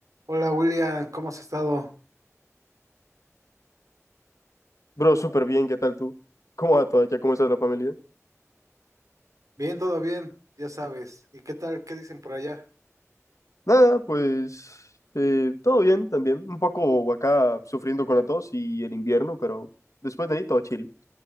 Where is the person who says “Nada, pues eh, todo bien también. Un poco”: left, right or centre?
Left